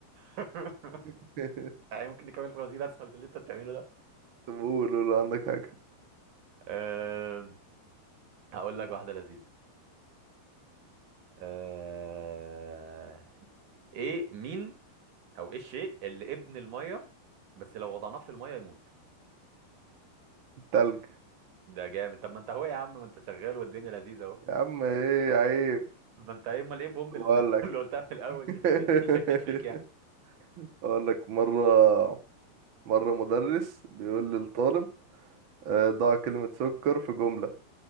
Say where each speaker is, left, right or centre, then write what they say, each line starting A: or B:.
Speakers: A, on the right; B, on the right.
A: <laughs>
B: <laughs>
A: يعني ممكن نكمل فوازير اسهل من اللي انت بتعمله ده
B: طب قول قول عندك حاجه
A: أم، هقول لك واحده لذيذه أه، ايه مين او ايه الشيء اللي ابن الميه بس لو وضعناه في الميه يموت
B: تلج
A: ده جامد طب ما انت اهو يا عم ما انت شغال والدنيا لذيذه اهو
B: يا عم ايه عيب
A: ما انت ايه امال ايه البومب
B: بقول
A: اللي
B: لك
A: <laughs> اللي قلتها في الاول
B: <laughs>
A: دي خلتني شكيت فيك يعني
B: اقول لك مره مره مدرس بيقول للطالب آه، ضع كلمه سكر في جمله